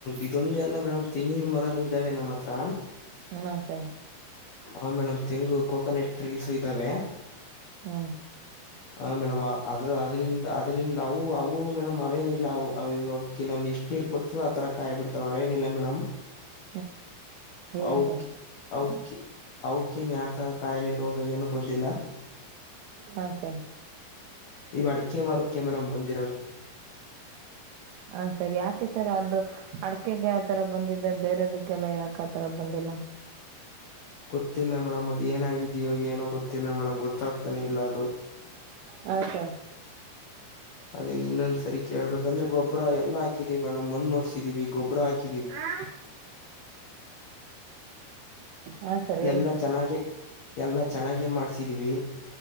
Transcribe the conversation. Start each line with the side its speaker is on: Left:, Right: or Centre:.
Left: ಇದೊಂದೇ ಅಲ್ಲ ಮೇಡಮ್ ತೆಂಗಿನ ಮರನು ಇದಾವೆ ನಮ್ಮ್ ಹತ್ರ.
Right: ಹಾ ಸರ್.
Left: ಹ ಮೇಡಮ್ ತೆಂಗು ಕೋಕೋನಟ್ ಟ್ರೀಸು ಇದ್ದಾವೆ.
Right: ಹ್ಮ.
Left: ಹ ಮೇಡಮ್ ಅದ್ರ ಅದ್ರಂದ ಅದರಿಂದ ಅವು ಅವು ಮೇಡಮ್ ಅವೇನ ಇಲ್ಲ ಅವ ಕಿವೊಂ ಇಷ್ಟ. ಕೀರ್ ಕೊಡ್ತಿವ ಆ ತರ ಕಾಯ್ ಬಿಡ್ತಾವ ಅವನಿಲ್ಲ ಮೇಡಮ್.
Right: <inaudible> ಹೇಳಿ
Left: ಔಕಿ
Right: ಸರ್
Left: ಔಕಿ ಔಕಿ ಔಕೇನ ಯಾ ತರ ಕಾಯಲೆ ರೋಗ ಎನು ಬಂದಿಲ್ಲ.
Right: ಹಾಂ ಸರ್
Left: ಈವ ಅಡಿಕೆ ಮಾರೋಕ ಮೇಡಮ್ ಬಂದಿರೋರು.
Right: ಹ ಸರಿ ಯಾಕೆ ಸರ್ ಅದು. ಅಡ್ಕೆಗೆ ಆ ತರ ಬಂದಿದೆ ಬೇರೆದಕ್ಕೆಲ್ಲ ಯಾಕ ಆತರ ಬಂದಿಲ್ಲ.
Left: ಗೊತ್ತಿಲ್ಲ ಮೇಡಮ್ ಅದ್ ಏನಾಗಿದ್ಯೋ ಏನೋ ಗೊತ್ತಿಲ್ಲ ಮೇಡಮ್ ಗೊತ್ತಾಗ. ತ್ತಾನೆ ಇಲ್ಲ ಅದು.
Right: ಹಾಂ ಸರ್
Left: ಅದ ಇನ್ನೊಂದ್ ಸರಿ ಕೇಳ್ಬೇಕಂದ್ರೆ ಗೊಬರ ಎಲ್ಲಾ ಹಾಕಿದೀವಿ ಮೇಡಮ್ ಮಣ್ಣ ನೋಡ್ಸಿದೀವಿ ಗೊಬರ ಹಾಕಿ.
Right: ಹಾ. ಹಾಂ ಸರ್ ಹೇಳಿ
Left: ಎಲ್ಲ
Right: ಸರ್
Left: ಚೆನ್ನಾಗೆ ಎಲ್ಲಾ ಚೆನ್ನಾಗೆ ಮಾಡ್ಸಿದೀವಿ.